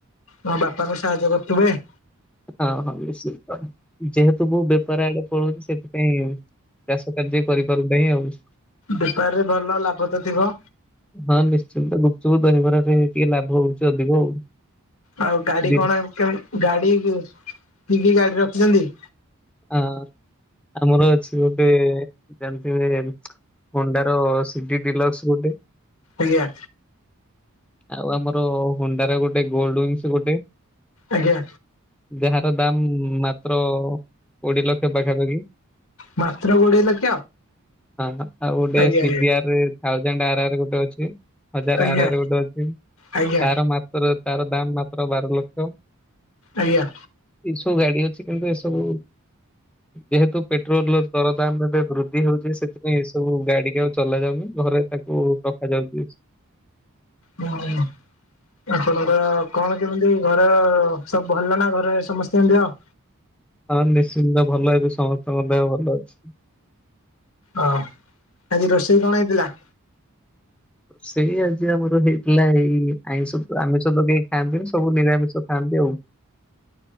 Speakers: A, on the left; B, in the centre.
A: ମୋ ବାପାଙ୍କୁ ସାହାଯ୍ୟ କରୁଥିବେ।
B: ହଁ ହଁ ନିଶ୍ଚିନ୍ତ ଯେହେତୁ ମୁଁ ବେପାର ଆଡେ ପଳଉଛି ସେଥିପାଇଁ ଚାଷ କାର୍ଯ୍ୟ କରିପାରୁନାହିଁ ଆଉ
A: ବେପାରରେ ଭଲ ଲାଭ ତ ଥିବ
B: ହଁ ନିଶ୍ଚିନ୍ତ ଗୁପଚୁପ୍ ଦହି ବରାରେ ଟିକେ ଲାଭ ହଉଛି ଅଧିକ ଆଉ
A: ଆଉ ଗାଡି
B: ଦି
A: କଣ କେ ଗାଡି କି କି ଗାଡି ରଖିଛନ୍ତି?
B: ହଁ ଆମର ଅଛି ଗୋଟେ ଯେମିତି ବି ହଣ୍ଡାର ସିଟି ଡିଲକ୍ସ ଗୋଟେ
A: ଆଜ୍ଞା
B: ଆଉ ଆମର ହୁଣ୍ଡାର ଗୋଟେ ଗୋଲ୍ଡ ୱିଙ୍ଗସ ଗୋଟେ
A: ଆଜ୍ଞା
B: ଯାହାର ଦାମ ମାତ୍ର କୋଡିଏ ଲକ୍ଷ ପାଖାପାଖି।
A: ମାତ୍ର କୋଡିଏ ଲକ୍ଷ
B: <inaudible> ହଁ ହଁ ଆଉ ଗୋଟେ
A: ଆଜ୍ଞା
B: ସିିବିଆର୍ ରେ ଥାଉଜଣ୍ଡ ଆର ଆର୍ ଗୋଟେ ଅଛି ହଜାର
A: ଆଜ୍ଞା
B: ଆର
A: ଆଜ୍ଞା
B: ଆର୍ ଗୋଟେ ଅଛି
A: ଆଜ୍ଞା
B: ତାର ମା ତ୍ର ତାର ଦାମ ମାତ୍ର ବାର ଲକ୍ଷ।
A: ଆଜ୍ଞା।
B: ଏ ସବୁ ଗାଡି ଅଛି କିନ୍ତୁ ଏ ସବୁ ଯେହେତୁ ପେଟ୍ରୋଲ ର ଦରଦାମ ର ଏବେ ବୃଦ୍ଧି ହୋଉଚି ସେଥିପାଇଁ ଏ ସବୁ ଗାଡିିକି ଆଉ ଚଲା ଯାଉନି ଘରେ ତା ଓ ରଖାଯାଥାଉଛି।
A: ହୁଁ ଆପଣଙ୍କର କଣ କେମିତି ଘର ସବୁ ଭଲ ନା ଘରେ ସମସ୍ତେଙ୍କ ଦେହ।
B: ହଁ ନିଶ୍ଚିନ୍ତ ଭଲ ଏବେ ସମସ୍ତଙ୍କ ଦେହ ଭଲ ଅଛି।
A: ଅ ଆଜି ରୋଷେଇ କଣ ହେଇଥିଲା।
B: ସେଇ ଆଜି ଆମର ହେଇଥିଲା ଏଇ ଆମିଷ ଆମିଷ ତ କେହି ଖାଆନ୍ତିନି ସବୁ ନିରାମିଷ ଖାଆନ୍ତି ଆଉ।